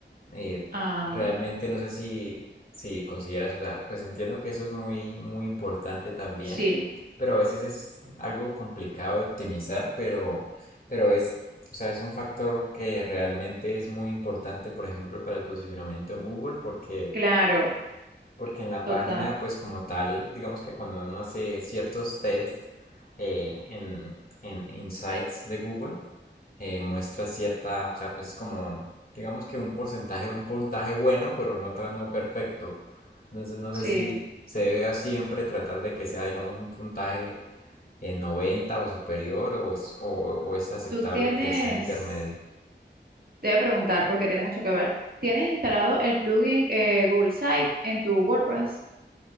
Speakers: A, on the left (about 50°); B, on the right (about 50°).
A: Eh,
B: ah,
A: realmente no sé si, si consideras, o sea, pues entiendo que eso es muy, muy importante también,
B: sí.
A: pero a veces es algo complicado de optimizar, pero, pero es, o sea, es un factor que realmente es muy importante, por ejemplo, para el posicionamiento en Google, porque
B: Claro,
A: porque en la
B: total.
A: página, pues como tal, digamos que cuando uno hace ciertos tests eh, en, en Insights de Google, eh, muestra cierta, o sea, pues como, digamos que un porcentaje, un puntaje bueno, pero no tan no perfecto. Entonces no
B: Sí.
A: sé si se debe siempre tratar de que sea, digamos, un puntaje en 90 o superior o, o, o es aceptable
B: Tú tienes,
A: que sea intermedio.
B: te voy a preguntar porque tiene mucho que ver. ¿Tienes instalado el plugin eh, Google Site en tu WordPress?